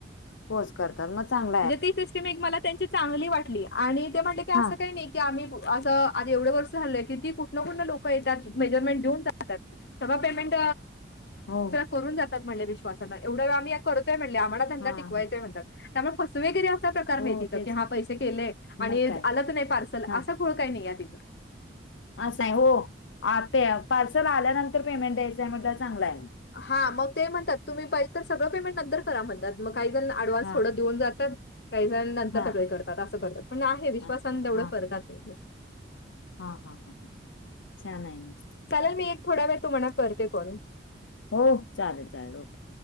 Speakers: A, on the left; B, on the left.
A: पोच करतात मग चांग
B: म्हणजे ती सिस्टीम एक मला त्यांची चांगली वाटली आणि ते म्हणले कि
A: हा
B: असं काही नाही की आम्ही असं आधी एवढे वर्ष झालोय किती कुठनं कुठनं लोक येत्यात मेजरमेंट देऊन जात्यात सर्व पेमेंट
A: हो हो.
B: करून जातात म्हटले विश्वासाला एवढं आम्ही या करतोय म्हणले आम्हाला त्यांना
A: हा
B: टिकवायचय
A: हा
B: म्हणतात. त्यामुळे फसवेगिरी असा प्रकार
A: हो
B: नाही तिथं
A: तेच
B: की हा पैसे गेले आणि
A: मग काय
B: आलचं नाही पार्सल
A: हा
B: असा घोळ काही नाही हाय तिथं
A: असं हाय हो अ पे पार्सल आल्यानंतर पेमेंट द्यायचं हाय म्हटल्यावर चांगलं हाय.
B: हा मग ते म्हणतात तुम्ही पाहिजे तर सगळं पेमेंट नंतर करा म्हणतात मग काही जण अडव्हान्स
A: हा
B: थोडं देऊन जातात काही जण नंतर
A: हा
B: सगळे करतात असं करतात. पण आहे विश्वासानं
A: हा
B: तेवढं
A: हा
B: करतात ते
A: हा हा हा ह छान आहे म
B: चालेल मी एक थोडा वेळ तुम्हाणा करते कॉल
A: हो चालेल चालेल ओके